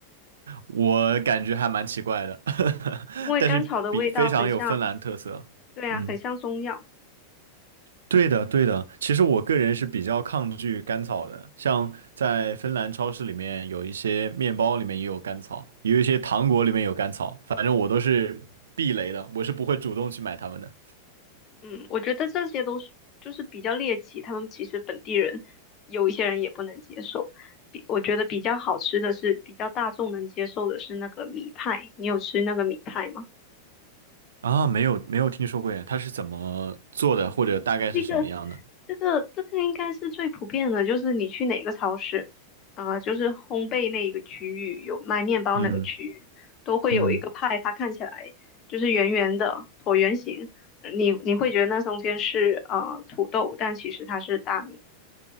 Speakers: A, on the right; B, on the left.
A: 我感觉还蛮奇怪的，<laughs>
B: 因为甘草的味道很像，
A: 但是比非常有芬兰特色。
B: 对啊，
A: 嗯，
B: 很像中药。
A: 对的，对的。其实我个人是比较抗拒甘草的，像在芬兰超市里面有一些面包里面也有甘草，也有一些糖果里面有甘草，反正我都是避雷的，我是不会主动去买它们的。
B: 嗯，我觉得这些都是就是比较猎奇，他们其实本地人有一些人也不能接受。比我觉得比较好吃的是比较大众能接受的是那个米派，你有吃那个米派吗？
A: 啊，没有没有听说过耶，它是怎么做的，或者大概是什么样的？
B: 那个这个这个应该是最普遍的，就是你去哪个超市，啊、就是烘焙那一个区域有卖面包那个区域，
A: 嗯
B: 都会有一个派，
A: 嗯，
B: 它看起来就是圆圆的椭圆形，你你会觉得那中间是呃土豆，但其实它是大米，